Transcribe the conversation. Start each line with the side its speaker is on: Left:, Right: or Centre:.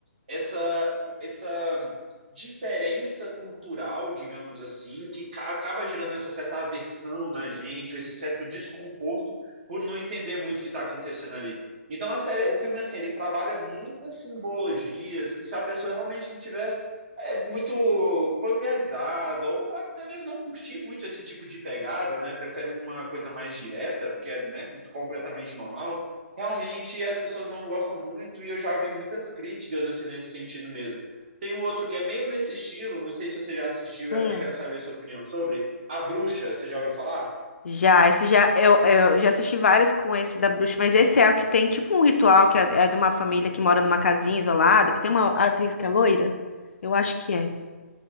Right: essa, essa diferença cultural, digamos assim, que ca- acaba gerando essa certa aversão na gente, ou esse certo desconforto por não entender muito o que está acontecendo ali. Então a série, o filme assim, ele trabalha muitas simbologias que se a pessoa realmente não tiver é muito familiarizada ou até mesmo não curtir muito esse tipo de pegada, né? Prefere uma coisa mais direta, o que é, né, completamente normal realmente as pessoas não gostam muito e eu já vi muitas críticas assim nesse sentido mesmo. Tem um outro que é meio nesse estilo, não sei se você já assistiu, eu
Left: Hum.
Right: até quero saber a sua opinião sobre A Bruxa, você já ouviu falar?
Left: Já, esse já, eu, eu já assisti vários com esse da bruxa, mas esse é o que tem tipo um ritual que é, é de uma família que mora numa casinha isolada, que tem uma atriz que é loira? Eu acho que é.